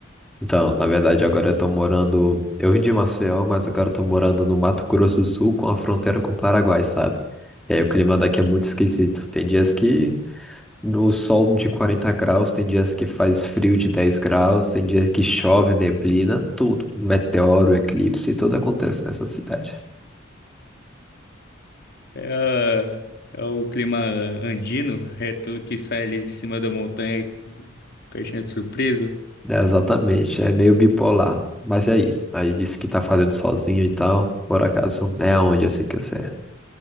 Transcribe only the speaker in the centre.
Então, na verdade, agora eu tô morando. Eu vim de Maceió, mas agora eu tô morando no Mato Grosso do Sul com a fronteira com o Paraguai, sabe? E aí o clima daqui é muito esquisito. Tem dias que no sol de 40 graus, tem dias que faz frio de 10 graus, tem dias que chove, neblina, tudo. Meteoro, eclipse, tudo acontece nessa cidade.
É, exatamente, é meio bipolar. Mas e aí? Aí disse que tá fazendo sozinho e tal. Por acaso é aonde assim que você é?